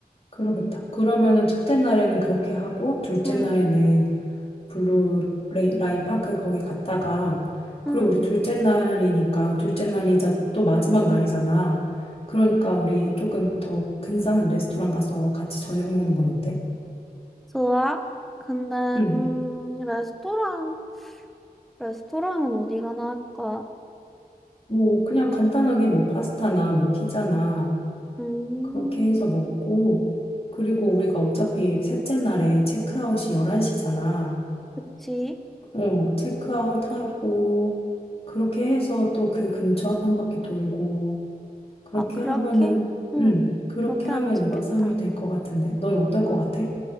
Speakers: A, on the left; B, in the centre.
A: 그러겠다. 그러면은 첫째 날에는 그렇게 하고, 둘째
B: 응,
A: 날에는 블루 레- 라인 파크 거기 갔다가, 그리고
B: 응,
A: 우리 둘째 날이니까, 둘째 날이자 또 마지막 날이잖아. 그러니까 우리 조금 더 근사한 레스토랑 가서 같이 저녁 먹는 건 어때?
B: 좋아. 근데
A: 응
B: 음, 레스토랑 레스토랑은 어디가 나을까?
A: 뭐, 그냥 간단하게 뭐 파스타나 뭐 피자나
B: 음,
A: 그렇게 해서 먹고, 그리고 우리가 어차피 셋째 날에 체크아웃이 11시잖아.
B: 그치.
A: 어, 체크아웃 하고, 그렇게 해서 또 그 근처 한 바퀴 돌고, 그렇게
B: 어, 그렇게?
A: 하면은,
B: 응,
A: 음, 그렇게
B: 그렇게
A: 하면
B: 하면 좋겠다.
A: 2박 3일 될 것 같은데? 넌 어떨 것 같아?